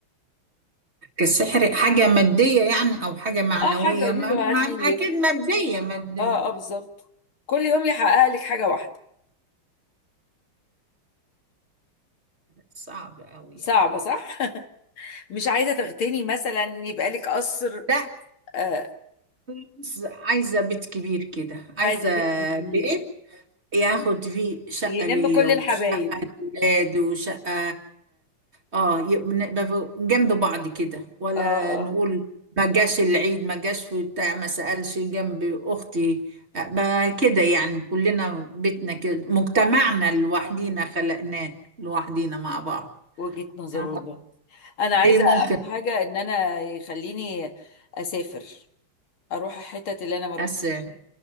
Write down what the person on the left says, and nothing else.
اه حاجه قولي
له
هات لي
اه اه بالظبط كل يوم يحقق لك حاجه واحده
صعبه
صح <laughs> مش عايزه تغتني مثلا يبقى لك قصر
آه
عايزه بيت كبير
يلم
كل
الحبايب
اه اه
مم.
وجهة نظر
والله انا
عايزه
اول حاجه ان انا يخليني اسافر اروح الحتت اللي انا ما رحتش